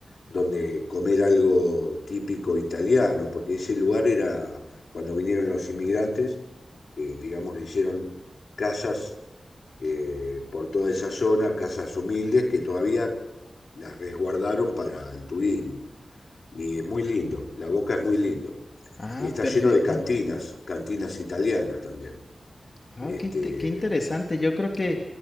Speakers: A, on the left; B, on the left.
A: donde comer algo típico italiano, porque ese lugar era, cuando vinieron los inmigrantes, eh, digamos, hicieron casas eh, por toda esa zona, casas humildes que todavía las resguardaron para el turismo. Y es muy lindo, La Boca es muy lindo.
B: Ah,
A: Y
B: ah,
A: está
B: perfecto.
A: lleno de cantinas, cantinas italianas también.
B: Ah,
A: Este,
B: qué, inte- qué interesante. Yo creo que